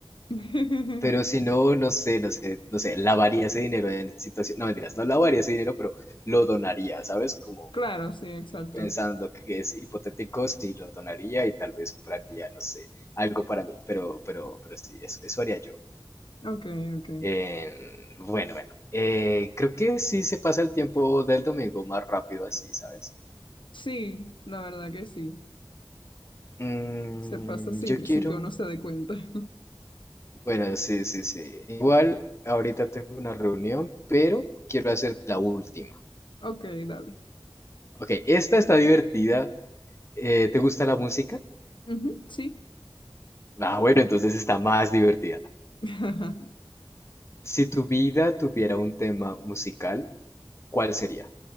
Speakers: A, on the left; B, on the left.
A: <laughs>
B: Pero si no, no sé, no sé, no sé, lavaría ese dinero en situación, no mentiras, no lavaría ese dinero, pero lo donaría, ¿sabes? Como
A: Claro, sí, exacto.
B: pensando que es hipotético, sí lo donaría y tal vez compraría, no sé, algo para mí, pero, pero, pero sí, eso, eso haría yo.
A: Ok, ok.
B: Eh, bueno, bueno. Eh, creo que sí se pasa el tiempo del domingo más rápido así, ¿sabes?
A: Sí, la verdad que sí.
B: Mm,
A: Se pasa sin,
B: yo quiero...
A: sin que uno se dé cuenta. <laughs>
B: Bueno, sí, sí, sí. Igual ahorita tengo una reunión, pero quiero hacerte la última.
A: Ok, dale.
B: Ok, esta está divertida. Eh, ¿te gusta la música?
A: Ujú, sí.
B: Ah, bueno, entonces está más divertida.
A: <laughs>
B: Si tu vida tuviera un tema musical, ¿cuál sería?